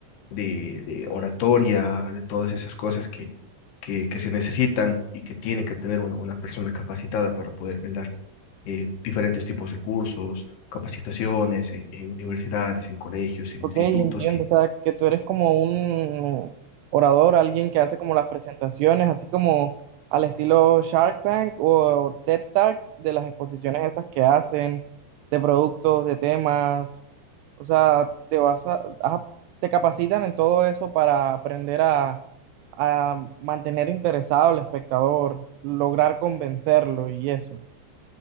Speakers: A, on the left; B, on the right.
A: de, de oratoria, de todas esas cosas que, que, que se necesitan y que tiene que tener una, una persona capacitada para poder brindar eh, diferentes tipos de cursos, capacitaciones en, en universidades, en colegios, en
B: Ok,
A: institutos
B: entiendo,
A: que
B: o sea, que tú eres como un orador, alguien que hace como las presentaciones, así como al estilo Shark Tank o TED Talks de las exposiciones esas que hacen de productos, de temas, o sea, te vas a, ah, te capacitan en todo eso para aprender a, a mantener interesado al espectador, lograr convencerlo y eso.